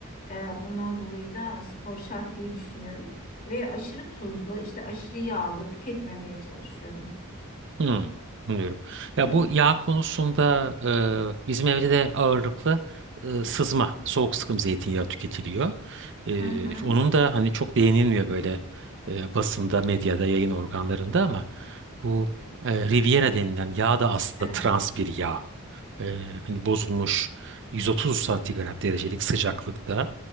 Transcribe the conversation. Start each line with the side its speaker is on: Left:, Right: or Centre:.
Left: Ee, bundan dolayı da spor şart diye düşünüyorum. Ve aşırı tuzlu, işte aşırı yağlı tüketmemeye çalışıyorum.
Right: Hı. Anlıyorum. Ya
Left: Hı hı.
Right: bu yağ konusunda e, bizim evde de ağırlıklı e, sızma, soğuk sıkım zeytinyağı tüketiliyor. Ee,
Left: Hı hı.
Right: onun da hani çok değinilmiyor böyle e, basında, medyada, yayın organlarında ama bu e, Riviera denilen yağ da aslında
Left: Evet.
Right: trans bir yağ. Ee, hani bozulmuş 130 santigrat derecelik sıcaklıkta